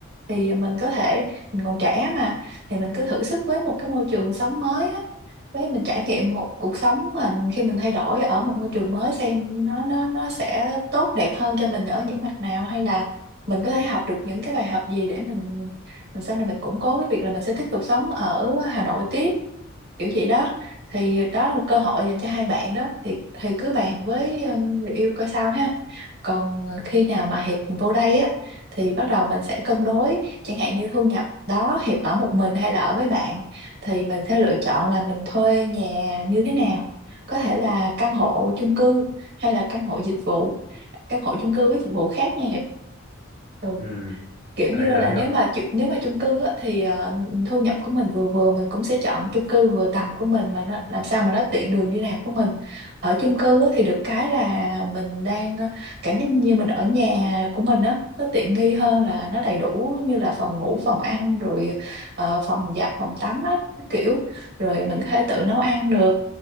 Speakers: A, on the right; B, on the left.
A: thì mình có thể mình còn trẻ mà thì mình cứ thử sức với một cái môi trường sống mới á với mình trải nghiệm một cuộc sống mình khi mình thay đổi ở một môi trường mới xem nó nó nó sẽ tốt đẹp hơn cho mình ở những mặt nào hay là mình có thể học được những cái bài học gì để mình mình sau này mình củng cố cái việc là mình sẽ tiếp tục sống ở Hà Nội tiếp kiểu vậy đó thì đó là một cơ hội dành cho hai bạn đó thì thì cứ bàn với ờ, người yêu coi sao ha còn khi nào mà Hiệp vô đây á thì bắt đầu mình sẽ cân đối chẳng hạn như thu nhập đó Hiệp ở một mình hay là ở với bạn thì mình sẽ lựa chọn là mình thuê nhà như thế nào có thể là căn hộ chung cư hay là căn hộ dịch vụ căn hộ chung cư với dịch vụ khác nha Hiệp Ừ
B: ừ
A: kiểu
B: cái
A: như
B: đấy tớ
A: là
B: hiểu
A: nếu mà chu- nếu mà chung cư á, thì ờ, thu nhập của mình vừa vừa mình cũng sẽ chọn chung cư vừa tầm của mình mà nó làm sao mà nó tiện đường đi làm của mình ở chung cư á, thì được cái là mình đang ờ, cảm giác như mình ở nhà của mình á nó tiện nghi hơn là nó đầy đủ như là phòng ngủ phòng ăn rồi ờ, phòng giặt phòng tắm á kiểu rồi mình có thể tự nấu ăn được